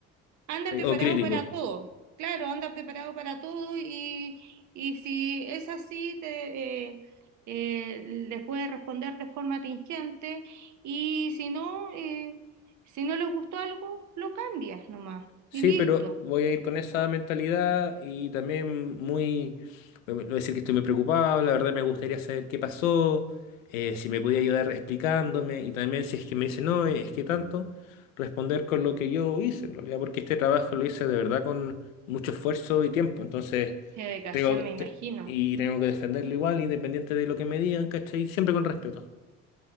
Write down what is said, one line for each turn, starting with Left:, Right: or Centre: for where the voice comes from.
Right: Anda
Left: eh,
Right: preparado
Left: o crítico.
Right: para todo. Claro, anda preparado para todo y, y si es así, te, eh, eh, les puedes responder de forma tingente y si no, eh, si no les gustó algo, lo cambias nomás
Left: Sí,
Right: y listo.
Left: pero voy a ir con esa mentalidad y también muy, voy a decir que estoy muy preocupado, la verdad me gustaría saber qué pasó, eh, si me podía ayudar explicándome y también si es que me dice no, es que tanto, responder con lo que yo hice en realidad, porque este trabajo lo hice de verdad con mucho esfuerzo y tiempo, entonces
Right: Qué
Left: tengo
Right: me
Left: te-
Right: imagino.
Left: y tengo que defenderlo igual, independiente de lo que me digan, ¿cachai? Siempre con respeto.